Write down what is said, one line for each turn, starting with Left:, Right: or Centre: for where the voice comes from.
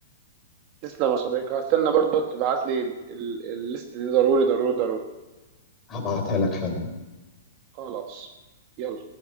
Right: تسلم يا صديقي هستنى برضه تبعت لي ال- ال- الليست دي ضروري ضروري ضروري
Left: هبعتها لك حالا
Right: خلاص يلا